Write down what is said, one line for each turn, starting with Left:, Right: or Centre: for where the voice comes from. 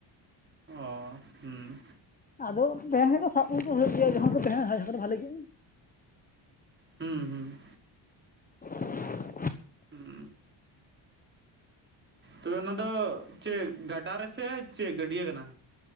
Right: ᱚ, ᱦᱩᱸ᱾
Left: ᱟᱫᱚ ᱛᱟᱸᱦᱮᱱ ᱠᱷᱟᱡ ᱫᱚ ᱥᱟᱵ ᱦᱳᱭᱳᱜ ᱜᱮᱭᱟ ᱡᱚᱠᱷᱚᱱ ᱠᱚ ᱛᱟᱸᱦᱮ ᱫᱚ ᱵᱷᱟᱞᱮ ᱜᱮ
Right: ᱦᱩᱸ ᱦᱩᱸ᱾
Left: <unintelligible>
Right: ᱦᱩᱸ᱾ ᱛᱚᱵᱮ ᱚᱱᱟ ᱫᱚ ᱪᱮ ᱜᱟᱰᱟ ᱨᱮᱥᱮ ᱪᱮ ᱜᱟᱹᱰᱭᱟᱹ ᱠᱟᱱᱟ?